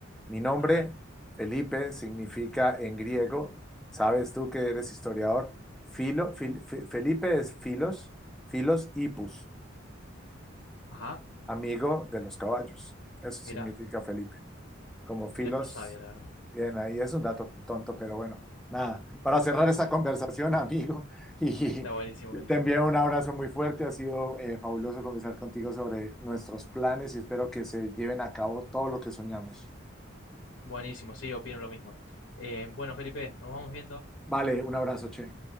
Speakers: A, in the centre; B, on the left.
A: Mi nombre,
B: A ver,
A: Felipe, significa en griego, sabes tú que eres historiador, filo, fil- fe- Felipe es filos, filos hipus,
B: ajá,
A: amigo de los caballos. Eso
B: mira,
A: significa Felipe, como filos
B: mira, no sabía la verdad.
A: Bien, ahí es un dato tonto, pero bueno, nada. Para cerrar esta conversación, <laughs> amigo, y
B: Está buenísimo, buenísimo.
A: te envío un abrazo muy fuerte. Ha sido eh, fabuloso conversar contigo sobre nuestros planes y espero que se lleven a cabo todo lo que soñamos.
B: Buenísimo, sí, opino lo mismo. Eh, bueno, Felipe, nos vamos viendo.
A: Vale, un abrazo, che.